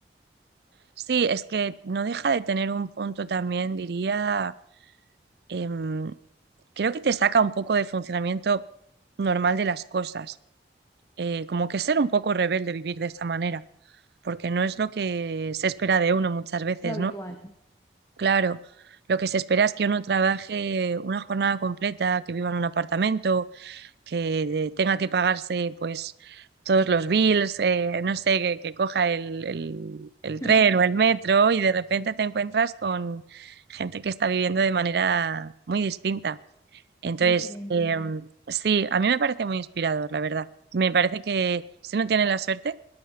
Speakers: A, on the right; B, on the left.
A: Sí, es que no deja de tener un punto también, diría, em, creo que te saca un poco de funcionamiento normal de las cosas. Eh, como que ser un poco rebelde vivir de esta manera, porque no es lo que se espera de uno muchas veces,
B: lo habitual,
A: ¿no? Claro, lo que se espera es que uno trabaje una jornada completa, que viva en un apartamento, que eh, tenga que pagarse pues todos los bills, eh, no sé, que, que coja el, el,
B: <laughs>
A: el tren o el metro y de repente te encuentras con gente que está viviendo de manera muy distinta. Entonces,
B: diferente,
A: eh,
B: sí.
A: sí, a mí me parece muy inspirador, la verdad. Me parece que si uno tiene la suerte